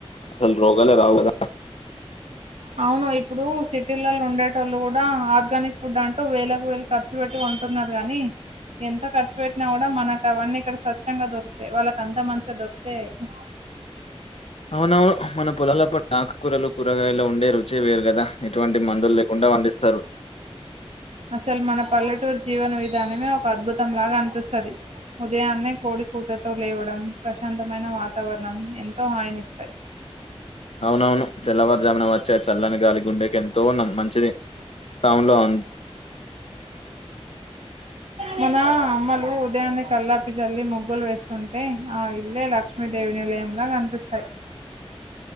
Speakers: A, on the left; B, on the right.
A: అసలు రోగాలే రావు కదా
B: అవును ఇప్పుడు సిటీలలో ఉండేటోళ్ళు కూడా ఆర్గానిక్ ఫుడ్ అంటూ వేలకు వేలు ఖర్చు పెట్టు తున్నారు గాని ఎంత ఖర్చు పెట్టినా కూడా మనకు అవన్నీ ఇక్కడ స్వచ్ఛంగా దొరికుతాయి వాళ్ళకి అంత మంచిగా దొరికుతాయ ఆ
A: మనం మన పొలాల ఆకుకూరలు కూరగాయలు ఉండే రుచి వేరు కదా ఎటువంటి మందులు లేకుండా పన్ స్తారు
B: అసలు మన పల్లెటూరు జీవన విధానమే ఒక అద్భుతం లాగా అనిపిస్తది. ఉదయాన్నే కోడి కూతతో లేవడం ప్రశాంతమైన వాతావరణం ఎంతో హాయి నిస్తాయి.
A: అవునవును తెల్లవారుజామున వచ్చే ఆ చల్లని గాలి గుండెకి ఎంతో మంచిది అవును ఆ
B: మన అమ్మలు ఉదయాన్నే కల్లా ప్పి చల్లి ముగ్గులు వేస్తుంటే ఆ ఇల్లే లక్ష్మీదేవి నిలయంలా కనిపిస్తాయి